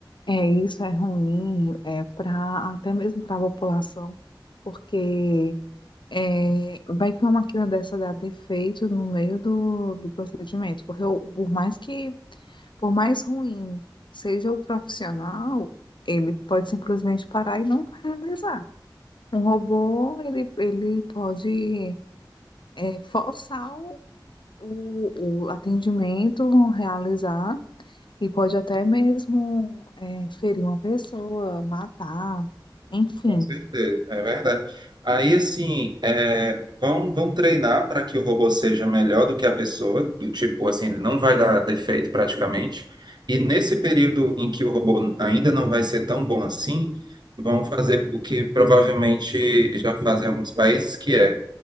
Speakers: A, on the left; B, on the right.
A: é isso é ruim é para até mesmo para a população, porque é, vai que uma máquina dessa dá defeito no meio do, do procedimento, porque o- por mais que por mais ruim seja o profissional, ele pode simplesmente parar e não realizar. Um robô, ele, ele pode é, forçar o, o o atendimento, realizar. E pode até mesmo é, ferir uma pessoa, matar, enfim.
B: Com certeza, é verdade. Aí, assim, é, vão, vão treinar para que o robô seja melhor do que a pessoa, do tipo, assim, ele não vai dar defeito praticamente. E nesse período em que o robô ainda não vai ser tão bom assim, vão fazer o que provavelmente já fazem em alguns países, que é